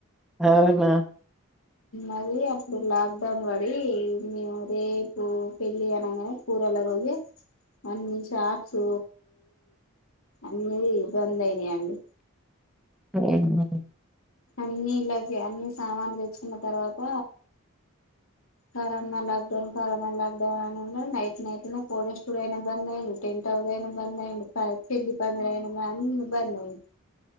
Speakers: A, in the centre; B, on the left (about 75°).
A: అవునా
B: అది అప్పుడు లాక్డౌన్ పడి మేము రేపు పెళ్ళి అనంగానే కూరళ్ల రోజు అన్ని షాప్స్ అన్న బంద్ అయినాయండి.
A: <unintelligible> మరీ
B: అన్ని ఇలాగే అన్ని సామాన్లు తెచ్చుకున్న తర్వాత corona lockdown, corona lockdown అని ఉ night night four days two అయినా బంద్ అయింది. టెంట్ హౌస్ అయినా బంద్ అయిండు. పెళ్లి పందిరి అయిన బంద్ అన్ని బంద్ అయిళ్ళు